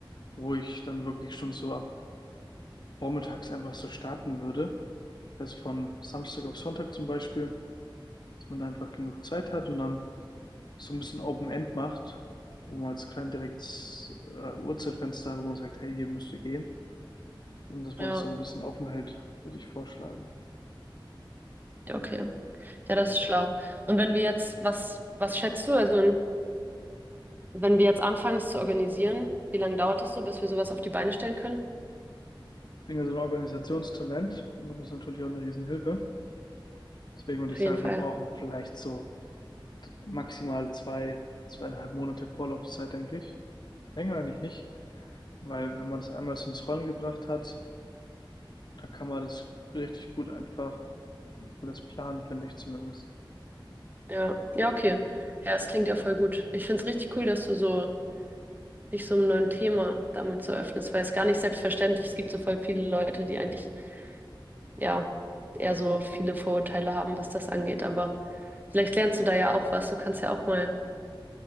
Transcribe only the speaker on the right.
ja,
ja, okay. Ja, das ist schlau. Und wenn wir jetzt, was, was schätzt du? Also, wenn wenn wir jetzt anfangen, es zu organisieren, wie lange dauert es so, bis wir sowas auf die Beine stellen können?
Auf
jeden
Fall.
Ja, ja, okay. Ja, es klingt ja voll gut. Ich finde es richtig cool, dass du so dich so einem neuen Thema damit so öffnest, weil es gar nicht selbstverständlich ist. Es gibt so voll viele Leute, die eigentlich ja, eher so viele Vorurteile haben, was das angeht. Aber vielleicht lernst du da ja auch was. Du kannst ja auch mal